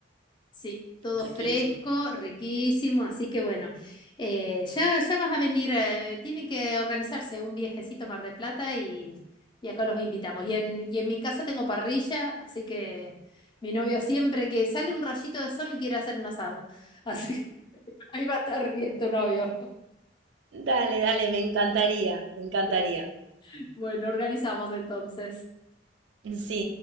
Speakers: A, on the left; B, on the right.
A: Sí, todo
B: riquísimo.
A: fresco, riquísimo. Así que bueno, eh, ya, ya vas a venir. eh, tienen que organizarse un viajecito a Mar del Plata y, y acá los invitamos. Y en, y en mi casa tengo parrilla, así que mi novio siempre que sale un rayito de sol quiere hacer un asado. Así que <laughs> ahí va a estar bien tu novio.
B: Dale, dale, me encantaría, me encantaría.
A: <laughs> Bueno, organizamos entonces.
B: Sí.